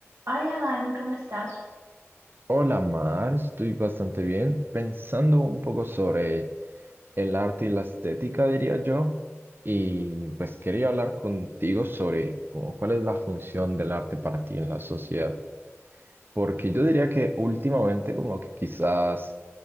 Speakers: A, on the right; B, on the right.
A: Hola Dani, ¿cómo estás?
B: Hola Mar, estoy bastante bien, pensando un poco sobre el arte y la estética, diría yo, y pues quería hablar contigo sobre cómo- cuál es la función del arte para ti en la sociedad. Porque yo diría que últimamente como que quizás